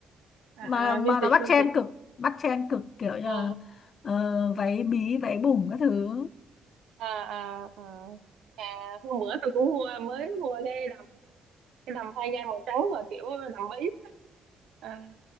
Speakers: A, on the right; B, on the left.
A: à
B: mà mà
A: à, vintage
B: nó bắt
A: vintage
B: trend cực bắt trend cực kiểu như là
A: ờ
B: ờ, váy bí váy bùng các thứ
A: à, à, à. à hôm bữa tôi cũng mua mới mua cái đầm cái đầm thay da màu trắng mà kiểu đầm bí à,